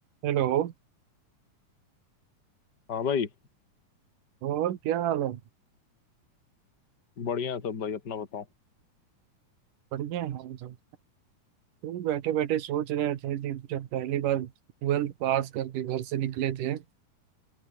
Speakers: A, on the right; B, on the left.
A: हेलो
B: हाँ भाई
A: और क्या हाल है
B: बढ़िया है सब भाई अपना बताओ
A: बढ़िया है हम सब तुम बैठे बैठे सोच रहे थे कि जब पहली बार ट्वेल्थ पास करके घर से निकले थे